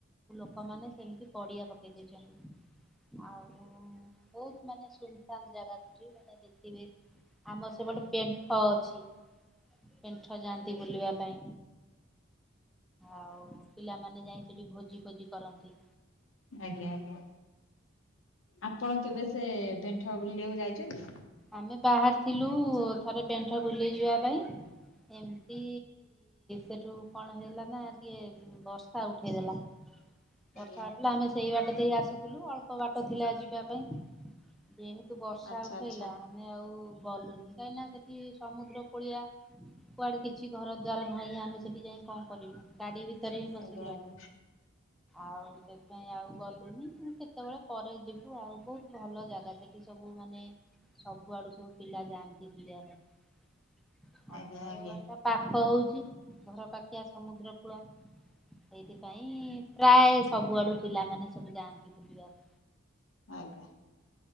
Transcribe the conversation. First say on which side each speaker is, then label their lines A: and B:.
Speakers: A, in the centre; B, on the left.
A: ଲୋକମାନେ ସେମିତି ପଡ଼ିଆ ପକେଇ ଦେଇଛନ୍ତି ଆଉ ହୁଁ ବହୁତ ମାନେ ସୁନସାନ୍ ଜାଗା ସେଠି ମାନେ ଦେଖିବେ ଆମର ସେପଟେ ପେଣ୍ଠ ଅ ଛି ପେଣ୍ଠ ଯାଆନ୍ତି ବୁଲିବା ପାଇଁ ଆଉ ପିଲାମାନେ ଯାଇ ସେଠି ଭୋଜି ଭୋଜି କରନ୍ତି।
B: ଆଜ୍ଞା ଆଜ୍ଞା। ଆପଣ କେବେ ସେ ପେଣ୍ଠ ବୁଲିବାକୁ ଯାଇଛନ୍ତି?
A: ଆମେ ବାହାର ଥିଲୁ ଥରେ ପେଣ୍ଟ ବୁଲେଇ ଯିବା ପାଇଁ। ଏମିତି ସେଠୁ କଣ ହେଇଗଲା ନା ଟିକେ ବର୍ଷା ଉଠେଇଦେଲା। ପଛ
B: ଆଜ୍ଞା
A: ହଉଥିଲା ଆମେ ସେଇ ବାଟ ଦେଇ ଆସୁଥିଲୁ ଅଳ୍ପ ବାଟ ଥିଲା ଯିବା ପାଇଁ। ଯେହେତୁ ବର୍ଷା
B: ଆଚ୍ଛା
A: ଉଠେଇଲା
B: ଆଚ୍ଛା
A: ଆମେ ଆଉ ଗଲୁନି କାହିଁକିନା ସେଠି ସମୁଦ୍ର ପଡିଆ କୁଆଡେ କିଛି ଘର ଦ୍ୱାର ନାହିଁ ଆମେ ସେଠି ଯାଇ କଣ କରିବୁ ଗାଡି ବି ତରକାରୀ ହିଁ ବସିଥିଲା।
B: ଆଜ୍ଞା ଆଜ୍ଞା।
A: ଆଉ ସେଥିପାଇଁ ଆଉ ଗଲୁନି କେତେବେଳେ ପରେ ଯିବୁ ଆଉ ବହୁତ ଭଲ ଜାଗା। ସେଠି ସବୁ ମାନେ ସବୁଆଡୁ ସବୁ ପିଲା ଯାଆନ୍ତି ବୁଲିବା ପାଇଁ
B: ଆଜ୍ଞା
A: ଅନଳ
B: ଆଜ୍ଞା
A: ଟା ପାଖ ହଉଛି ଘର ପାଖିଆ ସମୁଦ୍ର କୂଳ। ସେଇଥିପାଇଁ ପ୍ରାୟ ସବୁଆଡୁ ପିଲାମାନେ ସବୁ ଯାଆନ୍ତି ବୁଲିବାକୁ।
B: ଆଜ୍ଞା।